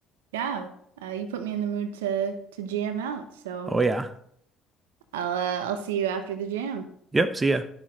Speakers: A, on the right; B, on the right.
A: Yeah. Uh, you put me in the mood to to jam out. So
B: Oh yeah.
A: I'll uh, I'll see you after the jam.
B: Yep. See ya.